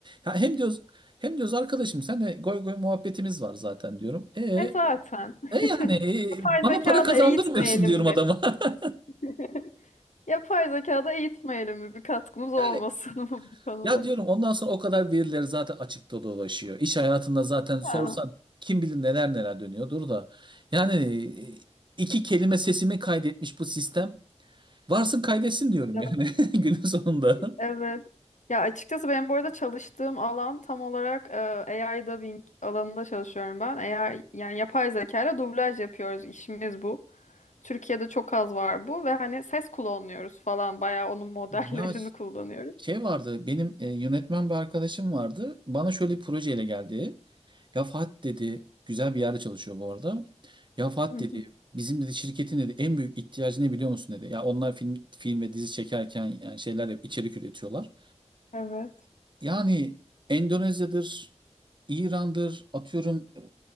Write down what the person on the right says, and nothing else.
ya hem diyoruz hem diyoruz arkadaşım senle goy goy muhabbetimiz var zaten diyorum. E,
e yani e,
bana
para kazandırmıyorsun
diyorum
adama. <laughs>
Yani
Ya diyorum ondan sonra o kadar verileri zaten açıkta dolaşıyor. İş hayatında zaten sorsan
kim bilir neler neler dönüyordur da. Yani e, iki kelime sesimi kaydetmiş bu sistem. Varsın kaydetsin diyorum
yani <laughs> günün sonunda.
Ya
şey vardı benim e, yönetmen bir arkadaşım vardı. Bana şöyle bir projeyle geldi. Ya Fat dedi güzel bir yerde çalışıyor bu arada. Ya Fat
dedi bizim dedi şirketin dedi en büyük ihtiyacı ne biliyor musun dedi. Ya onlar film film ve dizi çekerken yani şeyler yap, içerik üretiyorlar.
Yani Endonezya'dır, İran'dır, atıyorum